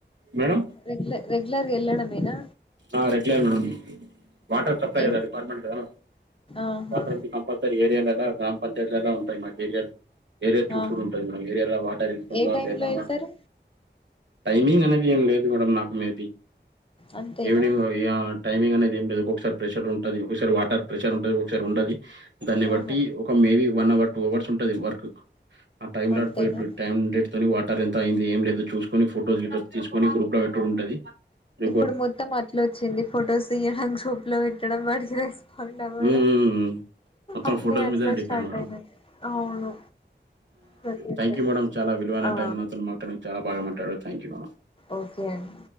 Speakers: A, on the right (about 75°); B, on the left (about 30°).
A: మేడం
B: రగ్యల రెగ్యులర్గా వెళ్ళడమేనా
A: ఆ రెగ్యులర్ మేడం వాటర్ సప్లై
B: ఏ
A: కదా డిపార్ట్మెంట్ కదా
B: ఆహా
A: వాటర్ అ కంపల్సరీ ఏరియా పంటేట్లా ఉంటాయి మా కెరియర్ ఏరియా చూసుకొని
B: ఆహా
A: ఉంటుంది మనం ఏరియాలో వాటర్ ఎంటుందా
B: ఏ టైమ్
A: లేదాన్న
B: లో వెళ్తారు
A: టైమింగ్ అనేది ఏం లేదు మేడం నాకు మే బి
B: అంతేనా
A: ఈవినింగ్ టైమింగ్ అనేది ఏమి లేదు ఒక్కొక్కసారి ప్రెషర్ ఉంటుది ఒకసారి వాటర్ ప్రెషర్ ఉంటది ఒకసారి ఉంటది దాన్ని బట్టి
B: ఆహా
A: ఒక maybe one hour two hours ఉంటది వర్క్ ఆ టైమ్ లో
B: అంతేనా
A: <unintelligible> వాటర్ ఎంత అయింది ఏం లేదు చూసుకొని ఫొటోస్ గిటోస్ తీసుకొని గ్రూప్ లో పెట్టడుంటది ర
B: ఇప్పుడు మొత్తం అట్ల వచ్చింది ఫొటోస్ తీయడం గ్రూప్ లో పెట్టడం వాడికి రెస్పాండ్
A: మ్మ్,
B: అవ్వడం
A: మ్మ్, మ్మ్. మొత్తం
B: అన్ని
A: ఫొటోస్
B: అట్ల
A: మీదనే డిపెండ్
B: స్టార్ట్
A: మేడం
B: అయినయి అవును ప్రతి ఒక్కటి
A: థ్యాంక్ యూ మేడం చాలా విలువైన
B: ఆ
A: టైం నాతోని మాట్లానికి చాల బాగా మాట్లాడరు థ్యాంక్ యూ మేడం
B: ఓకే అండి